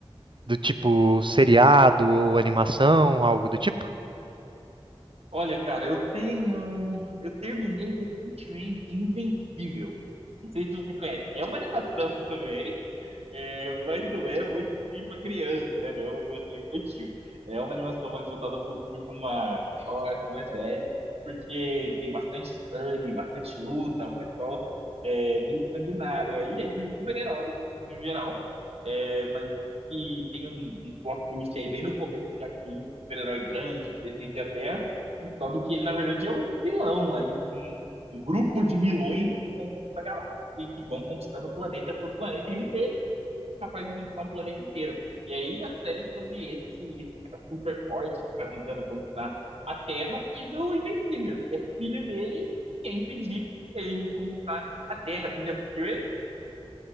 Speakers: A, on the right (about 50°); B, on the right (about 75°).
A: do tipo seriado ou animação, algo do tipo?
B: Olha, cara, eu tenho. Eu terminei recentemente Invencível. Não sei se você conhece. É uma animação <laughs> também, é, mas não é muito assim para criança, né? Não é uma animação infantil. É uma animação mais voltada para o público ma- maior, assim, mais velho, porque tem bastante sangue, bastante luta, o pessoal é meio sanguinário. Aí é de super-heróis, assim, no geral. É, mas e tem um, um plot twist aí bem no começo, já que um super-herói grande que defende a Terra, descobre que ele, na verdade, é um vilão. Aí um, um grupo de vilões que conquista a galáxia e que vão conquistando planeta por planeta. E um deles capaz de conquistar um planeta inteiro. E aí a série é sobre esse, esse cara super forte que tá tentando conquistar a Terra e do Invencível, que é filho dele e quer impedir ele de conquistar a Terra. Tu já assistiu esse?